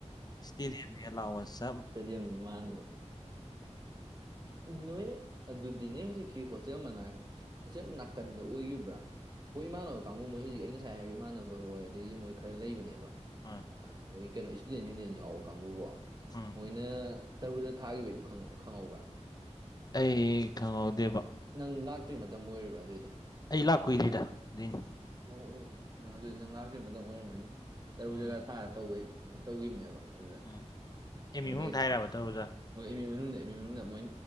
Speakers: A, on the left (about 35°); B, on the right (about 35°).
A: ꯏꯁꯇꯦꯗꯤꯌꯝꯒꯤ ꯂꯥꯛꯑꯣꯁ
B: ꯏꯁꯇꯦꯗꯤꯌꯝꯒꯤ ꯃꯥꯟꯕꯥꯟꯕꯗ ꯅꯣꯏ ꯑꯗꯨꯗꯤꯅꯦ ꯍꯧꯖꯤꯛꯀꯤ ꯍꯣꯁꯇꯦꯜ ꯃꯅꯥꯛ ꯅꯥꯀꯟꯗ ꯑꯣꯏꯈꯤꯕ꯭ꯔꯥ ꯍꯣꯏ ꯏꯃꯥꯟꯅꯕ ꯀꯥꯡꯕꯨ ꯃꯣꯏ ꯍꯧꯖꯤꯛ ꯑꯩ ꯉꯁꯥꯏ ꯍꯥꯏꯔꯤꯕ ꯏꯃꯥꯟꯅꯕ ꯍꯣꯏ ꯑꯗꯒꯤ ꯃꯣꯏ ꯈꯔ ꯂꯩꯕꯅꯦꯕ
A: ꯑꯥ
B: ꯃꯣꯏ ꯀꯩꯅꯣ ꯏꯁꯇꯨꯗꯦꯟ ꯌꯨꯅꯤꯌꯟ ꯌꯥꯎꯕ ꯀꯥꯡꯕꯨꯀꯣ
A: ꯎꯝ
B: ꯃꯣꯏꯅ ꯇꯔꯕꯨꯖ ꯊꯥꯈꯤꯕꯒꯤꯗꯣ ꯈꯪꯍꯧꯕ꯭ꯔꯥ
A: ꯑꯩ ꯈꯪꯍꯧꯗꯦꯕꯣ
B: ꯅꯪ ꯂꯥꯛꯇ꯭ꯔꯤ ꯃꯇꯝ ꯑꯣꯏꯔꯕ ꯑꯗꯨ ꯑꯣꯏꯗꯤ
A: ꯑꯩ ꯂꯥꯛ ꯀꯨꯏꯗꯔꯤꯗ ꯑꯗꯨꯢꯅꯦ
B: ꯑꯣ ꯑꯣ ꯑꯣ ꯅꯪ ꯑꯗꯨꯗꯤ ꯅꯪ ꯂꯥꯛꯇ꯭ꯩ ꯃꯪ ꯑꯣꯏꯔꯝꯃꯅꯤ ꯇꯔꯨ
A: ꯎꯝ
B: ꯖꯒꯥ ꯊꯥꯒ ꯇꯧꯕꯩ ꯀꯃꯥꯏ ꯇꯧꯈꯤꯕꯅꯦꯕ ꯑꯗꯨꯗ
A: <unintelligible>
B: ꯑꯗꯨꯗꯩ
A: ꯊꯥꯏꯔꯕ ꯇꯧꯕꯗꯣ
B: ꯍ ꯏꯃꯤ ꯃꯅꯨꯡꯗ ꯏꯃ ꯃꯅꯨꯡꯗ ꯃꯣꯏ